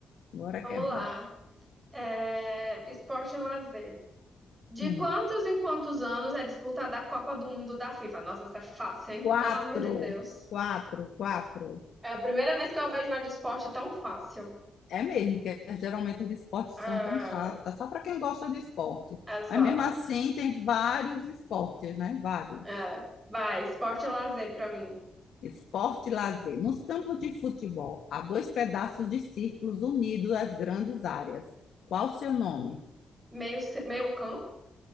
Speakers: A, on the left; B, on the right.
A: agora
B: Vamos
A: que é bom.
B: lá. É, Esporte e lazer. De
A: Hum,
B: quantos em quantos anos é disputada a Copa do Mundo da FIFA? Nossa, essa é fácil, hein?
A: quatro,
B: Pelo amor de Deus.
A: quatro, quatro.
B: É a primeira vez que eu vejo uma de esporte tão fácil.
A: É mesmo, porque geralmente os de esporte são
B: Ah,
A: tão chatas, só para quem gosta de esporte.
B: exato.
A: Mas mesmo assim, tem vários esportes, né? Vários.
B: É. Vai, esporte e lazer pra mim.
A: Esporte e lazer. Nos campos de futebol, há dois pedaços de círculos unidos às grandes áreas. Qual o seu nome?
B: Meio, ce- meio campo?